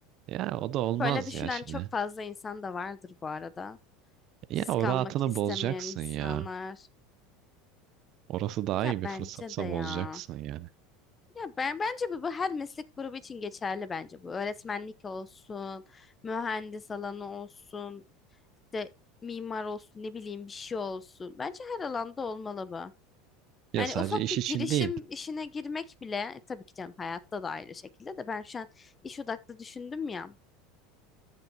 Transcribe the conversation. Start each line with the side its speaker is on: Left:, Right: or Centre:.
Right: Ya o da olmaz
Left: Böyle düşünen
Right: ya şimdi.
Left: çok fazla insan da vardır bu arada.
Right: Ya
Left: Risk
Right: o
Left: almak
Right: rahatını
Left: istemeyen
Right: bozacaksın
Left: insanlar.
Right: ya. Orası daha
Left: Ya
Right: iyi bir
Left: bence
Right: fırsatsa
Left: de
Right: bozacaksın
Left: ya.
Right: yani.
Left: Ya ben bence bu, bu her meslek grubu için geçerli bence bu. Öğretmenlik olsun, mühendis alanı olsun, işte mimar olsun, ne bileyim bir şey olsun. Bence her alanda olmalı bu.
Right: Ya
Left: Hani
Right: sadece
Left: ufak
Right: iş
Left: bir
Right: için
Left: girişim
Right: değil.
Left: işine girmek bile e, tabii ki canım hayatta da ayrı şekilde de ben şu an iş odaklı düşündüm ya.